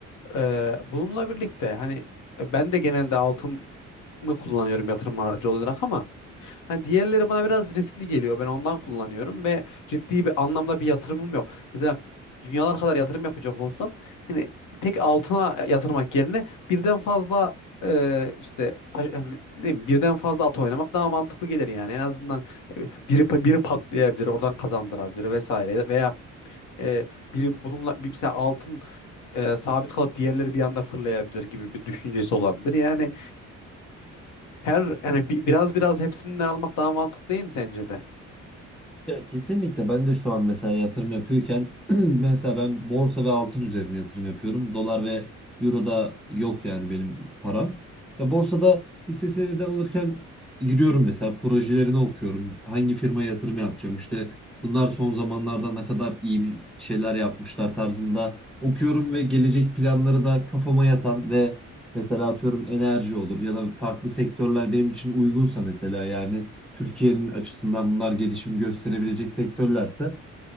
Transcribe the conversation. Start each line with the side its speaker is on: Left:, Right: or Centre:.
Left: Ee, bununla birlikte hani e, ben de genelde altını kullanıyorum yatırım aracı olarak ama hani diğerleri bana biraz riskli geliyor. Ben ondan kullanıyorum ve ciddi bir anlamda bir yatırımım yok. Mesela dünyalar kadar yatırım yapacak olsam yani tek altına yatırmak yerine birden fazla e, işte taş- ne bileyim, birden fazla at oynamak daha mantıklı gelir yani. En azından e, biri biri patlayabilir, oradan kazandırabilir vesaire veya e, biri bununla bir mesela altın e, sabit kalıp diğerleri bir anda fırlayabilir gibi bir düşüncesi olabilir. Yani her yani bi- biraz biraz hepsinden almak daha mantıklı değil mi sence de?
Centre: Ya kesinlikle ben de şu an mesela yatırım yapıyorken <clears throat> mesela ben borsa ve altın üzerine yatırım yapıyorum. Dolar ve euro da yok yani benim param. Ve borsada hisse senedi alırken giriyorum mesela projelerini okuyorum. Hangi firmaya yatırım yapacağım işte bunlar son zamanlarda ne kadar iyi bir şeyler yapmışlar tarzında okuyorum ve gelecek planları da kafama yatan ve mesela atıyorum enerji olur ya da farklı sektörler benim için uygunsa mesela yani Türkiye'nin açısından bunlar gelişim gösterebilecek sektörlerse